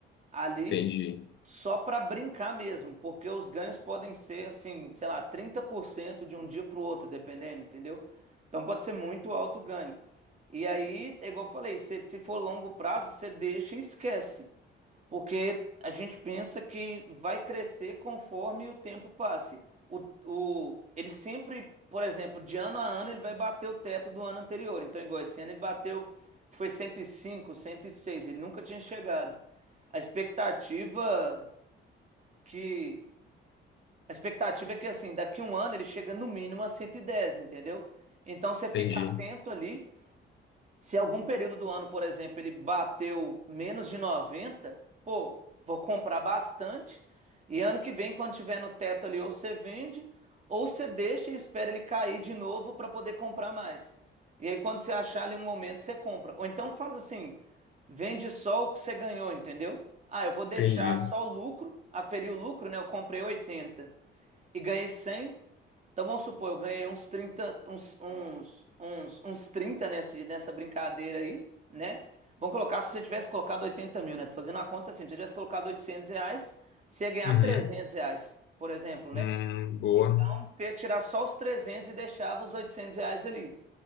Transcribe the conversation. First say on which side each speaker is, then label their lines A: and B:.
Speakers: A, on the right; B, on the left.
A: Ali
B: Entendi,
A: só para brincar mesmo, porque os ganhos podem ser assim, sei lá, 30% de um dia para o outro, dependendo, entendeu? Então pode ser muito alto o ganho. E aí, é igual eu falei, se, se for longo prazo, você deixa e esquece. Porque a gente pensa que vai crescer conforme o tempo passe. O, o, ele sempre, por exemplo, de ano a ano, ele vai bater o teto do ano anterior. Então, igual esse ano, ele bateu, foi cento cento e cinco cento e seis ele nunca tinha chegado. A expectativa que. A expectativa é que, assim, daqui a um ano ele chega no mínimo a cento e dez entendeu? Então, você fica
B: entendi,
A: atento ali se algum período do ano, por exemplo, ele bateu menos de 90, pô, vou comprar bastante. E ano que vem, quando tiver no teto ali, ou você vende, ou você deixa e espera ele cair de novo para poder comprar mais. E aí, quando você achar ali um momento, você compra. Ou então faz assim: vende só o que você ganhou, entendeu? Ah, eu vou deixar
B: entendi.
A: só o lucro, aferir o lucro, né? Eu comprei 80 e ganhei 100. Então vamos supor, eu ganhei uns 30 uns, uns, uns, uns 30 nesse, nessa brincadeira aí, né? Vamos colocar, se você tivesse colocado 80 mil, né? Tô fazendo uma conta assim, se você tivesse colocado 800 reais, você ia ganhar
B: Uhum.
A: 300 reais, por exemplo, né?
B: Hum, boa,
A: Então você ia tirar só os 300 e deixava os 800 reais ali